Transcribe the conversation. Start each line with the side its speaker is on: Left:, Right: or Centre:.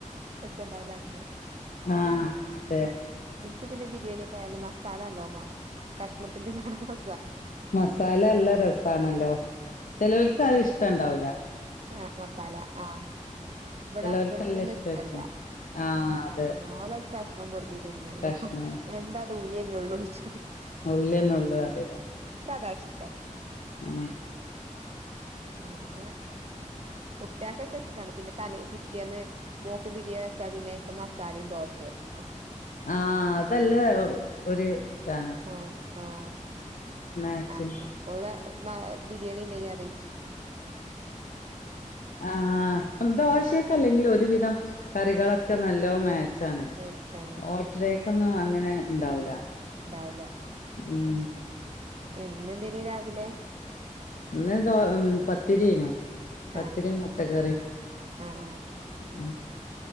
Right: രസുണ്ടാവല അങ്ങനെ
Left: ആഹ് അതെ
Right: എനിക്ക് പിന്നെ ബിരിയാണി കായാല മാ സ്ഥല്ലോ വേണം കഷ്ണത്തിന്റെ ക
Left: മസാലല്ല രസാണല്ലോ ചെലോൽക്ക് അത് ഇഷ്ടംണ്ടാവൂല.
Right: ആ മസാല ആ ഇവടെ
Left: ചെലോൽക്കല്ല
Right: ഹസ്ബൻഡിനൊന്നും
Left: ഇഷ്ടായിരിക്കും
Right: ഇഷ്ടല്ല.
Left: ആഹ് അതെ
Right: ഓലക്കഷ്ണം പെറുക്കി തിന്നോള്ളു
Left: കഷ്ണം
Right: എന്താത് ഉള്ളിന്നെ ഉള്ളൂയിച്ച്.
Left: ഉള്ളിന്നെ ഉള്ളൂ അറിയിലേ.
Right: അതാഷ്ടം.
Left: ആ
Right: പിന്നെ കുട്ട് ട്ട്യാക്കൊക്കെ ഇഷ്ടാണ് പിന്നെ തലേ പിറ്റ്യേന്ന് മോക്ക് ബിരിയാണിച്ചാ പിന്നെ മസാലയും ദോശയാഷ്ടം.
Left: ആ അതല്ല ഒരു ഇതാ
Right: ആ ആ
Left: മാച്ചിങ്
Right: ആ ഓളന്നാ ബരിയാണിണ്ടക്കറിയും
Left: ആ ദോശക്കല്ലെങ്കിലൊരുവിധം
Right: ഉം
Left: കറികള ക്ക നല്ലോം മാച്ചാണ്
Right: അത് മേച്ചാണ്
Left: ഓട്ടടേക്കൊന്നും അങ്ങനെണ്ടാവൂല.
Right: ഇണ്ടാവുല.
Left: ഉം
Right: എന്തിണ്ടയിനി രാവിലെ?
Left: ഇന്ന്‌ ദോ പത്തിരിയാനു. പത്തിരിം
Right: ആഹ്
Left: മുട്ടക്കറിം
Right: ആഹ്
Left: ഉം